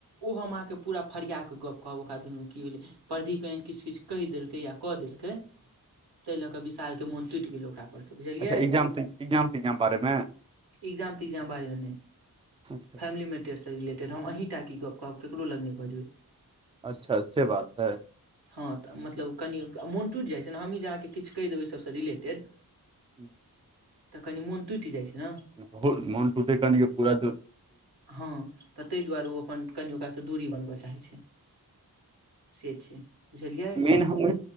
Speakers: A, on the right; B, on the right.
A: ओ हम आहाँके पूरा फरिया कऽ गप्प कहब ओकरा दुनमे की भेलै परधी पहिन किछु किछ कहि देलकै या कऽ देलकै ताहि लऽ कऽ विशाल के मोन टूटि गेल ओकरा बुझलियै
B: अच्छा एग्जाम एग्जाम तेग्जाम बारे मे
A: एग्जाम त्जाम बारेमे नहि
B: अच्छा
A: फैमिली मैटरसँ रिलेटेड हम आहीँ टा की गप्प कहब ककरो लग नहि बजबै
B: अच्छा से बात है
A: हँ तऽ मतलब कनि मोन टुटि जाइ छै ने हमही जे अहाँके किछु कहि देब ओहि सभसँ रिलेटेड
B: ह <unintelligible>
A: तऽ कनि मोन टुटि जाइ छै ना
B: बहुत मोन टूटे क न पूरा
A: हँ तऽ ताहि दुआरे ओ अपन कनि ओकासँ दूरी बनबऽ चाहै छै से छै बुझलियै
B: मेन हम